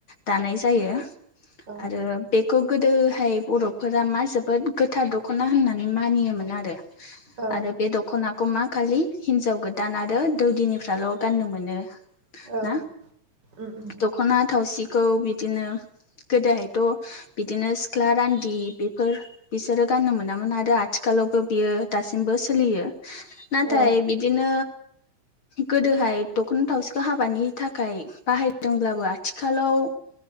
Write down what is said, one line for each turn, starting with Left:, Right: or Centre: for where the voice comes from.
Left: दानाय जायो
Right: औ
Left: आरो बेखौ गोदोहाय बर'फोरा मा जोबोद गोथार दख'ना होननानै मानियोमोन आरो।
Right: औ
Left: आरो बे दखनाखौ मा खालि हिनजाव गोदान आरो दौदिनिफ्राल' गाननो मोनो
Right: औ
Left: ना?
Right: उम उम
Left: दख'ना थावसिखौ बिदिनो गोदोहायथ' बिदिनो सिख्ला रान्दि बेफोर बिसोरो गाननो मोनामोन आरो आथिखालावबो बियो दासिमबो सोलियो नाथाय
Right: औ
Left: बिदिनो गोदोहाय दख'ना थावसिखौ हाबानि थाखाय बाहायदोंब्लाबो आथिखालाव